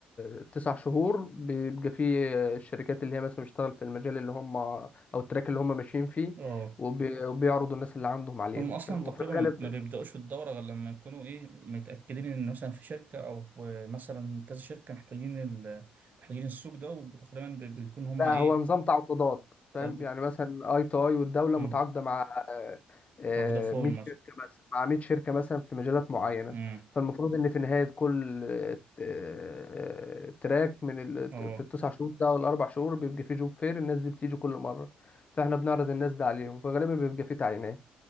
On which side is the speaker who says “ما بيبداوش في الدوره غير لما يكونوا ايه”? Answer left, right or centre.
Right